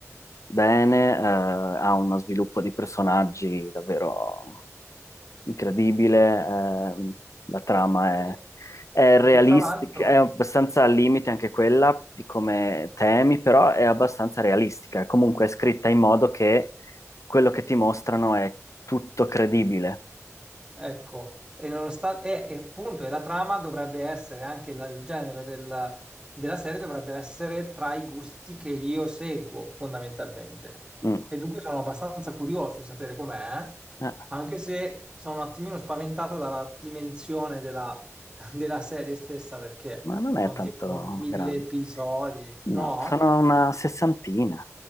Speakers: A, on the left; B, on the right.
A: bene, eh, ha uno sviluppo di personaggi davvero incredibile, ehm, la trama
B: e-
A: è, è realistica,
B: e tra l'altro...
A: è abbastanza al limite anche quella di come temi, però è abbastanza realistica. Comunque è scritta in modo che quello che ti mostrano è tutto credibile.
B: Ecco, e nonostante, e, e appunto, e la trama dovrebbe essere anche la- il genere della, della serie dovrebbe essere tra i gusti che io seguo fondamentalmente.
A: Mm.
B: E dunque sono abbastanza curioso di sapere com'è,
A: Eh,
B: anche se sono un attimino spaventato dalla dimensione della, <laughs> della serie stessa perché
A: ma non è
B: sono
A: tanto
B: tipo mille
A: grande.
B: episodi, no?
A: No, sono una sessantina.